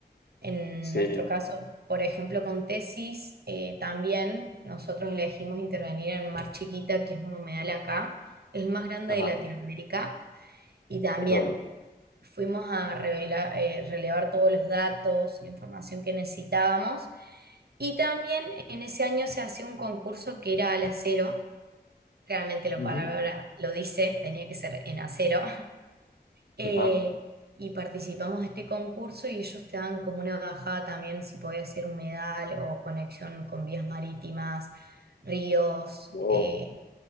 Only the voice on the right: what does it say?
En
nuestro caso, por ejemplo, con tesis, eh, también nosotros elegimos intervenir en Mar Chiquita, que es un humedal acá, es el más grande
de Latinoamérica, y también
fuimos a revelar, eh, relevar todos los datos, la información que necesitábamos, y también en ese año se hacía un concurso que era al acero, claramente la
palabra lo dice, tenía que ser en acero, eh,
y participamos de este concurso y ellos te dan como una bajada también si podías ser humedal o conexión con vías marítimas, ríos,
eh,